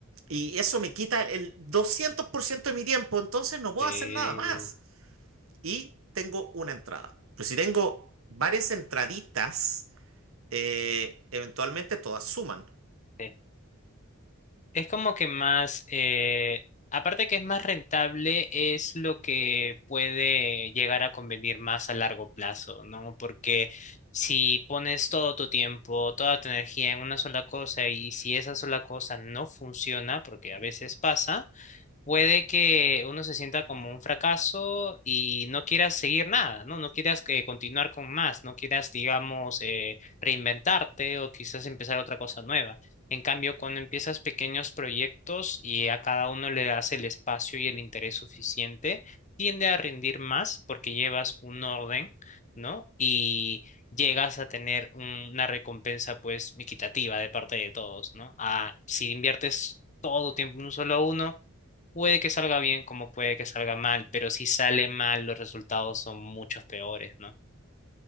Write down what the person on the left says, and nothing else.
sí,
sí. Es como que más, eh, aparte que es más rentable, es lo que puede llegar a convenir más a largo plazo, ¿no? Porque si pones todo tu tiempo, toda tu energía en una sola cosa y si esa sola cosa no funciona, porque a veces pasa, puede que uno se sienta como un fracaso y no quieras seguir nada, ¿no? No quieras que continuar con más, no quieras, digamos, eh, reinventarte o quizás empezar otra cosa nueva. En cambio, cuando empiezas pequeños proyectos y a cada uno le das el espacio y el interés suficiente, tiende a rendir más porque llevas un orden, ¿no? Y llegas a tener un- una recompensa, pues, equitativa de parte de todos, ¿no? Ah, si inviertes todo tiempo en un solo uno, Puede que salga bien como puede que salga mal, pero si sale mal, los resultados son muchos peores, ¿no?